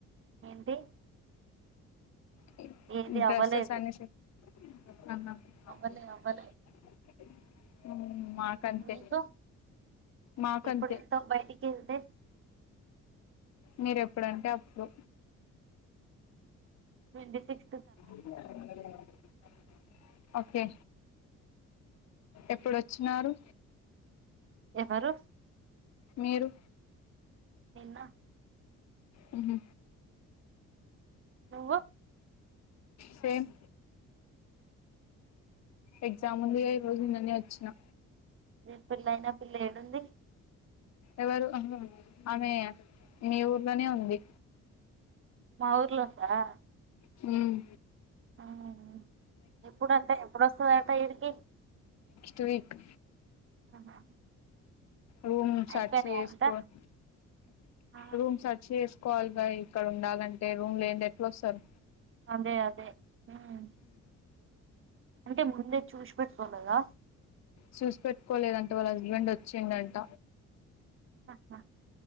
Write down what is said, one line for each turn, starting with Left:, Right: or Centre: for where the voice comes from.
Right: ఏంటి
Left: హ్మ్
Right: ఏది
Left: డ్రసేస్
Right: అవ్వలేదు
Left: అన్ని సే ఆ హా అవ్
Right: అవ్వలే
Left: లే
Right: అవ్వలే
Left: <inaudible> మాకంతే
Right: మీకు
Left: మాకంతే
Right: ఎప్పుడెల్ తవ్ బయటికి వెళ్తే <inaudible>
Left: మీర్ ఎప్పుడంటే up to
Right: twenty six
Left: <unintelligible> okay ఎప్పుడోచ్చినరూ
Right: ఎవరు
Left: మీరు
Right: నిన్న
Left: హుమ్
Right: నువ్వు
Left: సేమ్ ఎగ్జామ్ ఉందిగా ఈరోజు నిన్ననే వచ్చినా
Right: నీ పెళ్ళైన పిల్ల ఏడుంది
Left: ఎవరు ఆహ్ ఆమె మీ ఊర్లోనే ఉంది
Right: మా ఊర్లో ఉందా!
Left: హుమ్
Right: ఆహా ఎప్పుడంటే ఎప్పుడోస్తదట ఈడికి
Left: త్వి క్
Right: ఆహా
Left: రూమ్ సర్
Right: అయిపోయినాయా
Left: చ్ చేసుకొన్
Right: అంతా ఆ,
Left: రూమ్ సెర్ చ్ చేస్ కోవాల్ గా ఇక్కడ ఉండాలంటే రూమ్ లేనింది ఎట్లోస్తారు
Right: అదే అదే హ్మ్ అంటే ముందే చూష్ పెట్టుకోలేదా
Left: చూస్ పెెట్టుకోలేదంటే వాళ్ళ హస్ బెండ్ వచ్చిండంట
Right: ఆహా